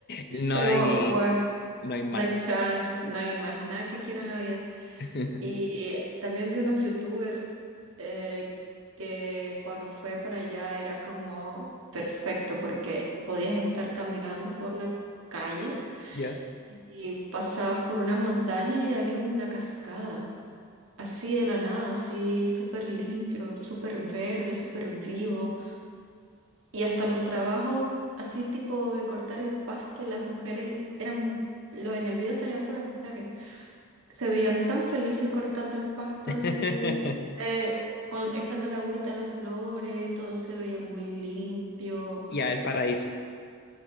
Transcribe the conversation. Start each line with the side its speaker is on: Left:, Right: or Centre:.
Left: No
Right: Fue
Left: hay,
Right: como, bueno,
Left: no hay más.
Right: no hay chance, no hay más nada que quiera en la vida.
Left: <laughs>
Right: Y también vi unos youtubers eh, que cuando fue para allá era como perfecto porque podías estar caminando por la calle
Left: Ya.
Right: y pasabas por una montaña y había una cascada, así de la nada, así súper limpio, súper verde, súper vivo. Y hasta los trabajos, así tipo de cortar el pasto, las mujeres eran, lo, en el video salían puras mujeres. Se veían tan felices cortando el pasto
Left: <laughs>
Right: así, eh, con, echando la agüita a las flores, todo se veía muy limpio.
Left: Ya, el paraíso.